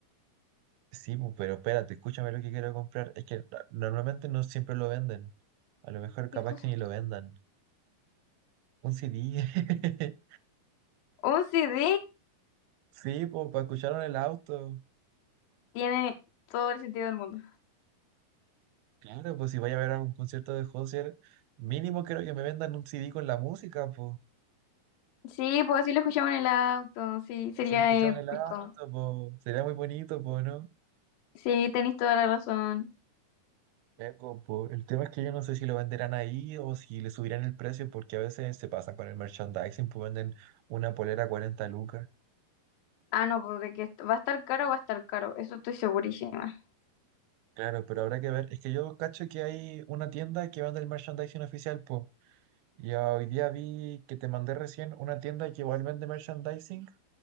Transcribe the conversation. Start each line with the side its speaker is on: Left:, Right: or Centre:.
Right: Sí, pues, pero espérate, escúchame lo que quiero comprar. Es que no- normalmente no siempre lo venden. A lo mejor capaz
Left: ¿Qué cosa?
Right: que ni lo vendan. Un CD. <laughs>
Left: Un CD.
Right: Sí, pues, para escucharlo en el auto.
Left: Tiene todo el sentido del mundo.
Right: Claro, pues si vaya a ver algún concierto de Hozier, mínimo creo que me vendan un CD con la música, pues.
Left: Sí, pues así lo escuchamos en el auto. Sí, sería
Right: Así lo escuchaba
Left: épico.
Right: en el auto, pues. Sería muy bonito, pues, no
Left: Sí, tenéis toda la razón.
Right: Ya, compo, El tema es que yo no sé si lo venderán ahí o si le subirán el precio porque a veces se pasan con el merchandising, pues venden una polera a 40 lucas.
Left: Ah, no, pues de que est- va a estar caro, va a estar caro, eso estoy segurísima.
Right: Claro, pero habrá que ver. Es que yo cacho que hay una tienda que vende el merchandising oficial, pues. Y hoy día vi que te mandé recién una tienda que igual vende merchandising,